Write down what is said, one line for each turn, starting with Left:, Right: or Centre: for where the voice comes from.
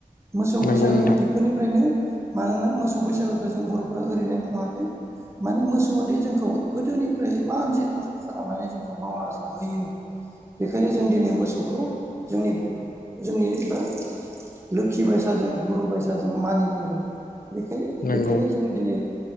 Right: मोसौ
Left: नंगौ
Right: बैसागोआ
Left: नोंथां
Right: बेफोरनिफ्रायनो मानोना मोसौ बैसागोखौ जों बर'फ्रा ओरैनो खुङाखै माने मोसौआदि जोंखौ गोदोनि फ्राय इमान जि खस्थ' खालामनानै जोंखौ मावना जाहोयो बेखायनो जों दिनै मोसौखौ जोंनि जोंनिबो लोखि बायसाजों गुरु बायसाजों मानियो आरो बेखाय
Left: नंगौ
Right: बेखायनो जों दिनै